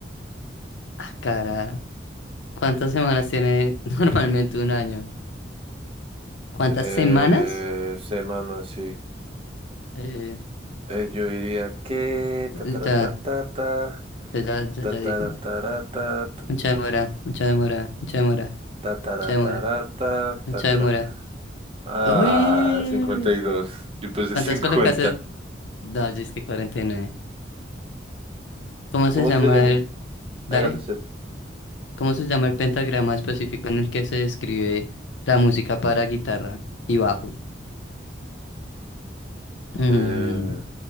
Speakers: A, on the left; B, on the right.
A: Ah, cara, ¿cuántas semanas tiene <laughs> normalmente un año? ¿Cuántas
B: Eh,
A: semanas?
B: semana, sí.
A: Eh,
B: Eh, yo diría que ta ta
A: ya,
B: ta ta ta
A: ya, ya, ya,
B: ta
A: ya dije.
B: ta ta ta
A: Mucha demora, mucha demora, mucha demora,
B: ta ta
A: mucha demora,
B: ta
A: mucha
B: ta
A: demora.
B: Ah,
A: ¡Uy!
B: 52. Yo puse
A: ¿Cuántas
B: cincuenta
A: colocaste No, yo es que 49. ¿Cómo
B: ¿Cómo
A: se llama
B: se llama?
A: el... Dale,
B: Hágale usted.
A: ¿cómo se llama el pentagrama específico en el que se describe la música para guitarra y bajo? Mm,
B: Eh,